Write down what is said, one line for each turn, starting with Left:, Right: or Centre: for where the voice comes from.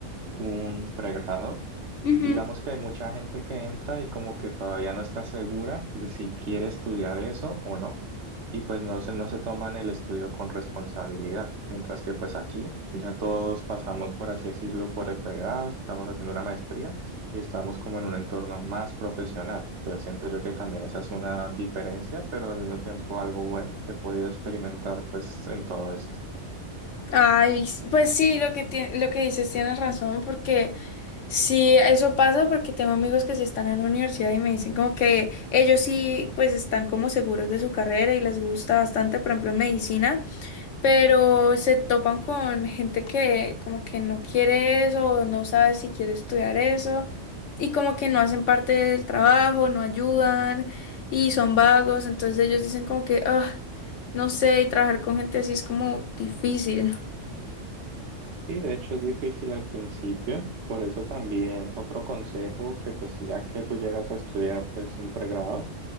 Right: un pregrado.
Left: Ujú.
Right: Digamos que hay mucha gente que entra y como que todavía no está segura de si quiere estudiar eso o no, y pues no se, no se toman el estudio con responsabilidad, mientras que pues aquí ya todos pasamos, por así decirlo, por el pregrado, estamos haciendo una maestría y estamos como en un entorno más profesional. Entonces siento yo que también esa es una diferencia, pero al mismo tiempo algo bueno que he podido experimentar pues en todo esto.
Left: Ay, s- pues sí, lo que tie- lo que dices tienes razón, porque sí, eso pasa porque tengo amigos que sí están en la universidad y me dicen como que ellos sí, pues están como seguros de su carrera y les gusta bastante, por ejemplo, en medicina. pero se topan con gente que como que no quiere eso o no sabe si quiere estudiar eso y como que no hacen parte del trabajo, no ayudan y son vagos, entonces ellos dicen como que, ah, no sé, y trabajar con gente así es como difícil.
Right: Sí, de hecho es difícil al principio, por eso también otro consejo que pues ya que tú llegas a estudiar pues un pregrado